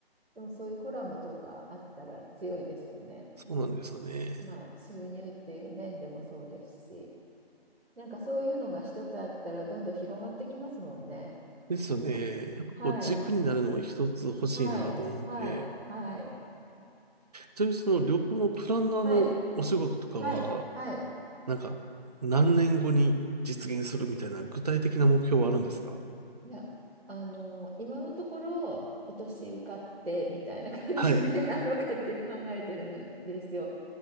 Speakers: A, on the right (about 75°); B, on the right (about 40°).
A: でもそういうコラムとかあったら強いですよね。
B: そうなんですよね。
A: まあ、収入っていう面でもそうですし。なんかそういうのが一つあったらどんどん広がってきますもんね。
B: ですよね。やっぱこう軸になるのも一つ欲しいなと思うので、
A: はい。はい。はい。はい。
B: ちなみにその旅行のプランナーのお仕事とかは、
A: はい。はい。はい。
B: なんか何年後に実現するみたいな具体的な目標はあるんですか
A: いや、あの、今のところ今年受かってみたいな感じで、
B: はい。
A: <laughs> あの、勝手に考えてるんですよ。